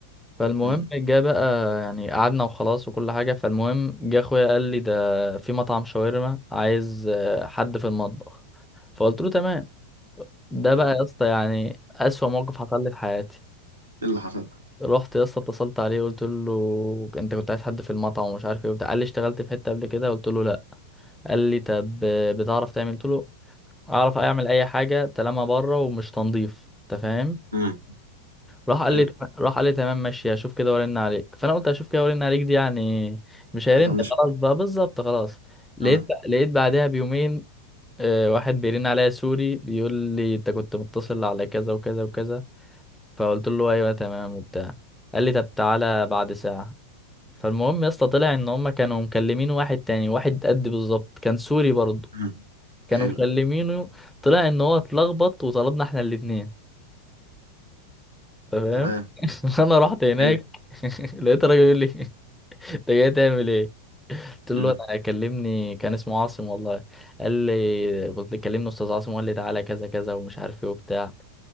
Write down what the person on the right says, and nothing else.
امم
امم
ايه اللي حصل بقى؟
امم
حلو
حاجة طنشها
اه
امم
حلو
تمام
حلو
امم